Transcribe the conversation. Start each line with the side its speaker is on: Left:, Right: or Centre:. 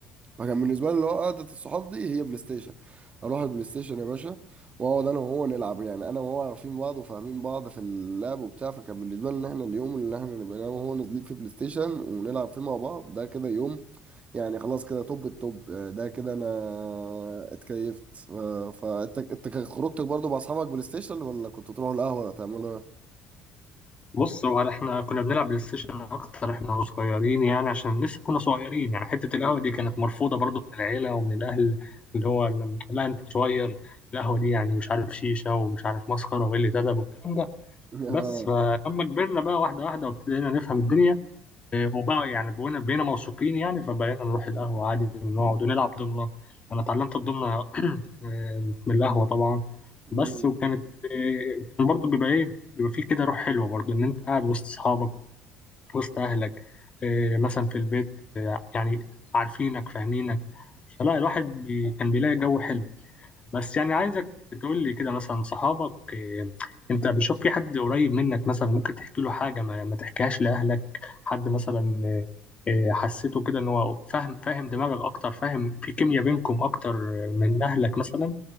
Right: فكان بالنسبه لي اللي هو قعده الصحاب دي هي بلاي ستيشن اروح البلاي ستيشن يا باشا واقعد انا وهو نلعب يعني انا وهو عارفين بعض وفاهمين بعض في اللعب وبتاع فكان بالنسبه لي ان احنا اليوم اللي احنا نبقى انا وهو نازلين فيه بلاي ستيشن ونلعب فيه مع بعض ده كده يوم يعني خلاص كده توب التوب آه، ده كده انا اتكيفت ف- فانت انت كان خروجتك برضو مع اصحابك بلاي ستيشن ولا كنت تروح القهوه ولا تعملوا ايه؟
Left: بص هو احنا كنا بنلعب بلاي ستيشن اكتر احنا صغيرين يعني عشان لسه كنا صغيرين يعني حتة القهوة
Right: مم.
Left: دي كانت مرفوضة برضو من العيلة ومن الاهل اللي هو ال- لا انت صغير القهوة دي يعني مش عارف شيشة ومش عارف مسخرة وإيه اللي تدب والكلام ده
Right: <laughs>
Left: بس فلما كبرنا بقى واحدة واحدة وابتدينا نفهم الدنيا هو بقى يعني بقينا بقينا موثوقين يعني فبقينا نروح القهوة عادي ونقعد ونلعب ضمنة أنا اتعلمت الضمنة آه، من القهوة طبعا
Right: آه.
Left: بس وكانت آه، كان برضه بيبقى إيه بيبقى فيه كده روح حلوة برضه إن أنت قاعد وسط أصحابك وسط أهلك إيه، مثلا في البيت إيه، يعني عارفينك فاهمينك فلا الواحد بي كان بيلاقي جو حلو بس يعني عايزك تقول لي كده مثلا صحابك إيه، انت بتشوف في حد قريب منك مثلا ممكن تحكي له حاجة ما, ما تحكيهاش لأهلك حد مثلا إيه، إيه، حسيته كده ان هو فاهم فاهم دماغك اكتر فاهم في كيمياء بينكم اكتر من اهلك مثلا